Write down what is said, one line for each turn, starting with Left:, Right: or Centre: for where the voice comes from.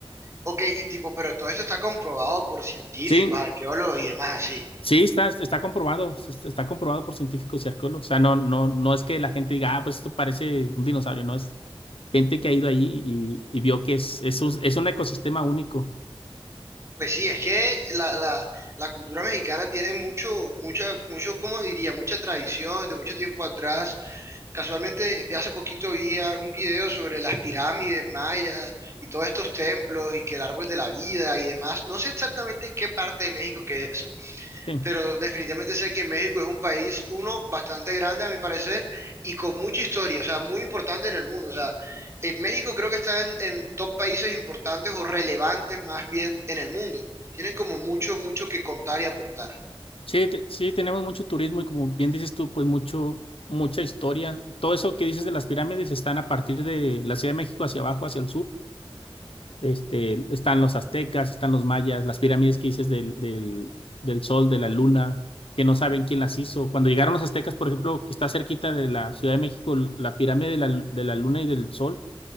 Right: Ok, y tipo, pero todo esto está comprobado por científicos,
Left: Sí,
Right: arqueólogos y demás así.
Left: sí, está, está comprobado, está comprobado por científicos y arqueólogos. O sea, no, no, no es que la gente diga, ah, pues esto parece un dinosaurio, no es gente que ha ido ahí y, y vio que es, es un, es un ecosistema único.
Right: Pues sí, es que la, la, la cultura mexicana tiene mucho, mucha, mucho, ¿cómo diría? Mucha tradición de mucho tiempo atrás Casualmente, de hace poquito vi a- un video sobre las pirámides mayas y todos estos templos y que el árbol de la vida y demás. No sé exactamente en qué parte de México que es eso,
Left: Sí,
Right: pero definitivamente sé que México es un país, uno, bastante grande a mi parecer y con mucha historia, o sea, muy importante en el mundo. O sea, en México creo que está en, en top países importantes o relevantes más bien en el mundo. Tienen como mucho, mucho que contar y aportar.
Left: sí, te- sí, tenemos mucho turismo y como bien dices tú, pues mucho, mucha historia. Todo eso que dices de las pirámides están a partir de la Ciudad de México hacia abajo, hacia el sur Este, están los aztecas, están los mayas, las pirámides que dices del, del, del sol, de la luna, que no saben quién las hizo. Cuando llegaron los aztecas, por ejemplo, que está cerquita de la Ciudad de México, la pirámide de la, de la luna y del sol